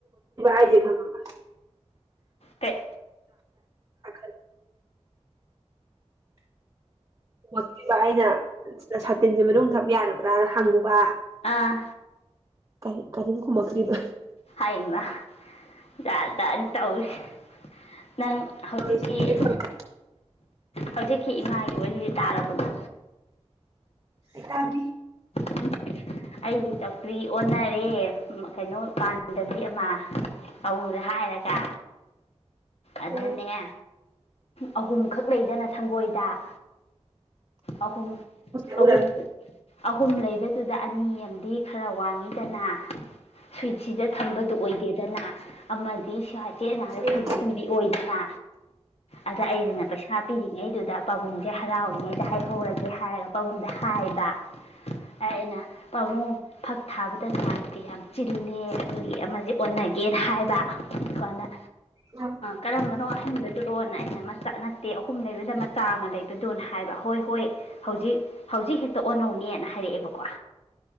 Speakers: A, on the right; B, on the left.
A: ꯑꯩꯁꯦ ꯈꯪꯉꯕ
B: ꯀꯩ
A: ꯎ <unintelligible> ꯣꯠꯇꯕ ꯑꯩꯅ ꯁꯥꯇꯤꯟꯁꯦ ꯃꯅꯨꯡꯗ ꯊꯛ ꯌꯥꯒꯗ꯭ꯔꯥꯅ ꯍꯪꯉꯨꯕ
B: ꯑꯥ
A: ꯀ ꯀꯔꯤꯝ ꯈꯨꯝꯃꯛ ꯇꯔꯤꯕ
B: ꯍꯥꯏꯃ ꯖꯥꯠ ꯖꯥꯇꯅꯤ ꯇꯧꯏ ꯁꯦ ꯅꯪ ꯍꯧꯖꯤꯛꯀꯤ
A: ꯑꯩ
B: ꯍꯧꯖꯤꯛꯀꯤ ꯏꯃꯥꯒꯤ ꯋꯥꯔꯤꯁꯤ ꯇꯥꯔꯕꯗꯣ
A: ꯑꯩ ꯇꯗꯔꯤ
B: ꯎꯝ ꯑꯩꯒꯤ ꯆꯧꯀꯔꯤ ꯑꯣꯟꯅꯔꯦ ꯀꯩꯅꯣ ꯄꯥꯟꯗꯕꯤ ꯑꯃ ꯄꯥꯕꯨꯡꯗ ꯍꯥꯏꯔꯒ ꯑꯗꯅ°
A: ꯎꯝ
B: ꯑꯍꯨꯝꯈꯛ ꯂꯩꯗꯅ ꯁꯪꯒꯣꯏꯗ ꯑꯍꯨꯝ
A: ꯄꯨ
B: ꯑꯍꯨꯝ ꯑꯍꯨꯝ ꯂꯩꯕꯗꯨꯗ ꯑꯅꯤ ꯑꯃꯗꯤ ꯈꯔ ꯋꯥꯡꯉꯤꯗꯅ ꯁ꯭ꯨꯋꯤꯠꯁꯤꯗ ꯊꯝꯕꯗꯨ ꯑꯣꯏꯗꯦꯗꯅ ꯑꯃꯗꯤ ꯁ꯭ꯋꯥꯏ ꯆꯦꯠꯅ ꯍꯥꯏꯔꯤꯈꯩꯒꯤ
A: ꯎꯝ
B: ꯑꯗꯨꯝꯗꯤ ꯑꯣꯏꯗꯅ꯫ ꯑꯗ ꯑꯩꯁꯤꯅ ꯄꯩꯁꯥ ꯄꯤꯔꯤꯉꯩꯗꯨꯗ ꯄꯥꯕꯨꯡꯁꯦ ꯍꯔꯥꯎꯔꯤꯉꯩꯗ ꯍꯥꯏꯍꯧꯔꯒꯦ ꯍꯥꯏꯔꯒ ꯄꯥꯕꯨꯡꯗ ꯍꯥꯏꯕ ꯑꯩꯅ ꯄꯥꯕꯨꯡ ꯐꯛ ꯊꯥꯕꯗ ꯅꯨꯡꯉꯥꯏꯇꯦ ꯌꯥꯝ ꯆꯤꯜꯂꯦ ꯑꯗꯨꯒꯤ ꯑꯃꯁꯦ ꯑꯣꯟꯅꯒꯦꯅ ꯍꯥꯏꯕ ꯁꯥꯟꯗ
A: ꯎꯝ ꯎꯝ
B: ꯀꯔꯝꯕꯅꯣꯍꯟꯕꯗꯨꯔꯣꯅ ꯑꯩꯅ ꯃꯆꯥꯠꯅ ꯇꯦ ꯑꯍꯨꯝ ꯂꯩꯕꯗ ꯃꯆꯥ ꯑꯃ ꯂꯩꯕꯗꯣꯅ ꯍꯥꯏꯕ ꯍꯣꯏ ꯍꯣꯏ ꯍꯧꯖꯤꯛ ꯍꯧꯖꯤꯛ ꯍꯦꯛꯇ ꯑꯣꯟꯅꯧꯅꯦꯅ ꯍꯥꯏꯔꯛꯑꯦꯕꯀꯣ